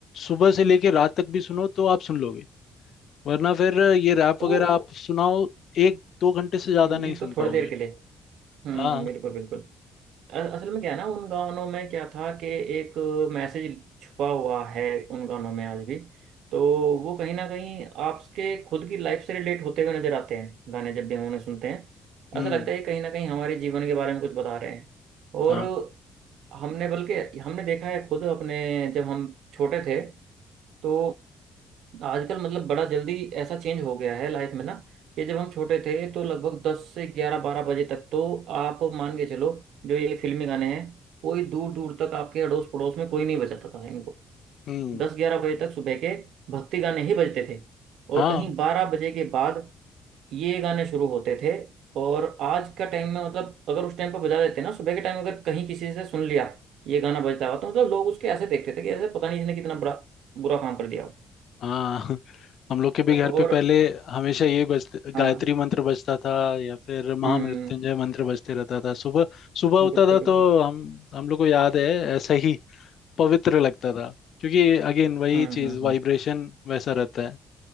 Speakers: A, on the left; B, on the right.
A: सुबह से लेके रात तक भी सुनो तो आप सुन लोगे वरना फिर ये रैप
B: वो
A: वगैरह आप सुनाओ एक दो घंटे से ज्यादा
B: ये
A: नहीं
B: तो
A: सुन
B: थोड़ी
A: पाओगे
B: देर के लिए हम्म
A: हाँ
B: बिल्कुल बिल्कुल अ- असल में क्या है ना उन गानों में क्या था कि एक मैसेज छुपा हुआ है उन गानों में आज भी तो वो कहीं ना कहीं आपके खुद की लाइफ से रिलेट होते हुए नजर आते हैं गाने जब भी हम उन्हें सुनते हैं
A: हम्म
B: ऐसा लगता है कि कहीं ना कहीं हमारे जीवन के बारे में कुछ बता रहे हैं और
A: हाँ
B: हमने बल्कि हमने देखा है खुद अपने जब हम छोटे थे तो आजकल मतलब बड़ा जल्दी ऐसा चेंज हो गया है लाइफ में ना कि जब हम छोटे थे तो लगभग दस से ग्यारह बारह बजे तक तो आप मान के चलो जो ये फिल्मी गाने हैं कोई दूर दूर तक आपके अड़ोस पड़ोस में कोई नहीं बजाता था इनको
A: हम्म
B: दस ग्यारह बजे तक सुबह के भक्ति गाने ही बजते थे और
A: हाँ
B: कहीं बारह बजे के बाद ये गाने शुरू होते थे और आज का टाइम में मतलब अगर उस टाइम पर बजा देते ना सुबह के टाइम अगर कहीं किसी से सुन लिया ये गाना बजता हुआ तो मतलब लोग उसके ऐसे देखते थे कि ऐसे पता नहीं इसने कितना बुरा बुरा काम कर दिया
A: हाँ हम लोग के भी
B: हो
A: घर पे
B: और
A: पहले हमेशा यही बजते गायत्री
B: हाँ
A: मंत्र बजता था या फिर महामृत्युंजय
B: हम्म
A: मंत्र बजते रहता था सुबह सुबह होता
B: बिल्कुल
A: था
B: बिल्कुल
A: तो हम हम लोग को याद है ऐसा ही पवित्र लगता था क्योंकि अगेन वही
B: हम्म
A: चीज
B: हम्म
A: वाइब्रेशन
B: हम्म
A: वैसा रहता है